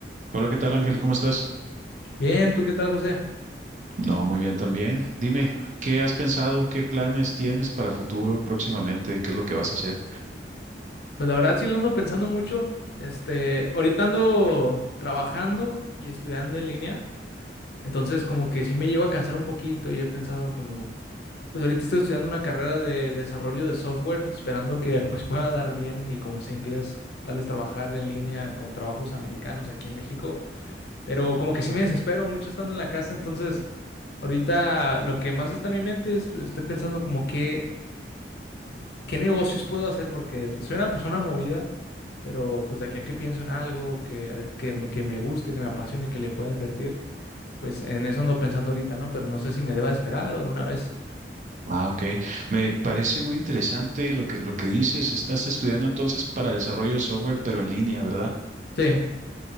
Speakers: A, on the right; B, on the left.
A: Hola, ¿qué tal Ángel? ¿Cómo estás?
B: Bien, ¿tú qué tal, José?
A: No, muy bien también. Dime, ¿qué has pensado? ¿Qué planes tienes para futuro próximamente? ¿Qué es lo que vas a hacer?
B: Pues la verdad sí lo ando pensando mucho. Este, ahorita ando trabajando y estudiando en línea, entonces como que sí me llevo a cansar un poquito y he pensado como, pues ahorita estoy estudiando una carrera de desarrollo de software, esperando que <laughs> pues pueda dar bien y como sé inglés, tal vez trabajar en línea con trabajos americanos aquí en México, pero como que sí me desespero mucho estando en la casa, entonces ahorita lo que más está en mi mente es, pues, estoy pensando como que... ¿qué negocios puedo hacer? Porque soy una persona movida, pero pues de aquí a que pienso en algo que, que, me que me guste, que me apasione, que le pueda invertir, pues en eso ando pensando ahorita, ¿no? Pero no sé si me deba esperar o de una vez.
A: Ah, ok. Me parece muy interesante lo que, lo que dices. Estás estudiando entonces para desarrollo de software, pero en línea, ¿verdad?
B: Sí.